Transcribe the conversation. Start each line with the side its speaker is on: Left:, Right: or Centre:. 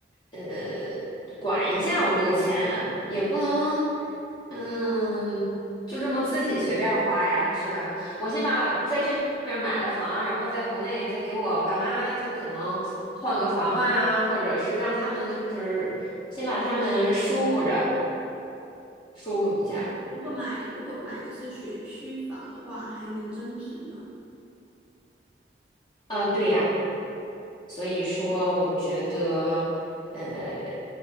Left: 呃，管一下我这个钱，也不能，嗯，就这么自己随便花呀，是吧？我先把在这边买了房，然后在国内再给我爸妈，就可能换个房啊，或者是让他们就是先把他们舒服着，舒服一下。
Centre: 如果买如果买的是学区房的话，还能增值呢。
Left: 呃，对呀。所以说，我觉得，呃，